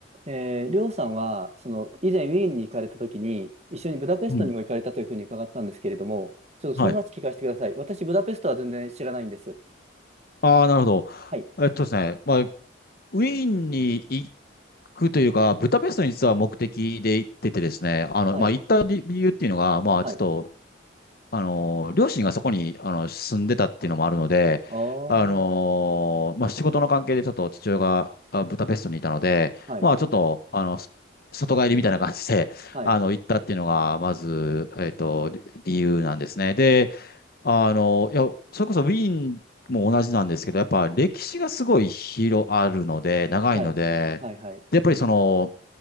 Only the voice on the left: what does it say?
うん。
はい。
ああ、なるほど。
えっとですね、まあ、ウィーンに行くというか、ブダペストに実は目的で行っててですね、あの、
まあ、行った理理由っていうのが、まあ、
ちょっと、あの、両親がそこに、あの、住んでたっていうのもあるので、
あの、
まあ、仕事の関係でちょっと父親があブダペストにいたので、
まあ、ちょっと、あの、そ外帰りみたいな感じで、
あの、行ったっていうのが、まず、えっと、理理由なんですね。で、あの、いや、それこそウィーンも同じなんですけど、やっぱ歴史がすごい広あるので、長いので、
で、やっぱりその、